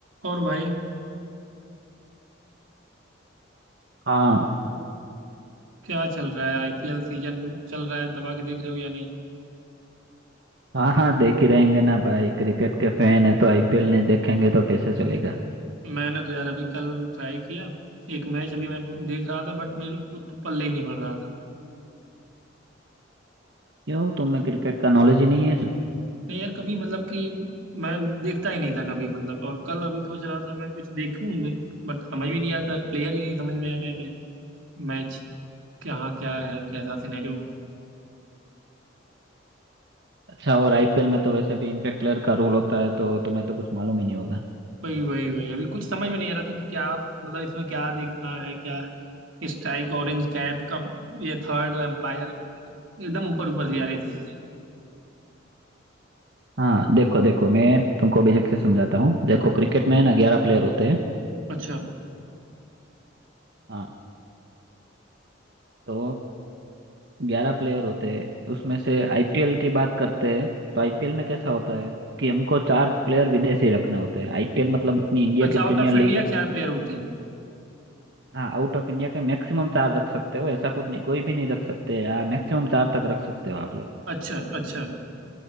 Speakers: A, on the right (about 85°); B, on the right (about 60°).
A: और भाई
B: हाँ
A: क्या चल रहा है आईपीएल सीजन चल रहा है दबा के देख रहे हो या नहीं
B: हाँ हाँ देख ही रहेंगे ना भाई क्रिकेट के फैन है तो आईपीएल नहीं देखेंगे तो कैसे चलेगा
A: मैंने तो यार अभी कल ट्राई किया एक मैच अभी मैं देख रहा था बट मेरे को कुछ पल्ले ही नहीं पड़ रहा था
B: क्यों तुम्हें क्रिकेट का नॉलेज ही नहीं है
A: नहीं यार कभी मतलब कि मैं देखता ही नहीं था कभी मतलब और कल अभी सोच रहा था मैं कुछ देखूं बट समझ भी नहीं आता प्लेयर ही नहीं समझ में आ रहे हैं मुझे मैच क्या क्या है कैसा सिनेरियो
B: अच्छा और आईपीएल में तो वैसे भी इम्पैक्ट प्लेयर का रूल होता है तो तुम्हें तो कुछ मालूम ही नहीं होगा
A: वही वही वही अभी कुछ समझ में नहीं आ रहा था कि क्या मतलब इसमें क्या देखना है क्या है स्ट्राइक ऑरेंज कैप का ये थर्ड एम्पायर एकदम ऊपर ऊपर से जा रही थी चीजें
B: हाँ देखो देखो मैं तुमको बेझिझक से समझाता हूँ देखो क्रिकेट में ना ग्यारह प्लेयर होते हैं
A: अच्छा
B: हाँ तो ग्यारह प्लेयर होते हैं उसमें से आईपीएल की बात करते हैं तो आईपीएल में कैसा होता है कि हमको चार प्लेयर विदेशी रखने होते हैं आईपीएल मतलब अपनी इंडिया
A: अच्छा
B: की
A: आउट
B: प्रीमियर
A: ऑफ
B: लीग
A: इंडिया
B: है
A: चार प्लेयर होते हैं
B: हाँ आउट ऑफ इंडिया के मैक्सिमम चार रख सकते हो ऐसा कुछ नहीं कोई भी नहीं रख सकते या मैक्सिमम चार तक रख सकते हो आप लोग
A: अच्छा अच्छा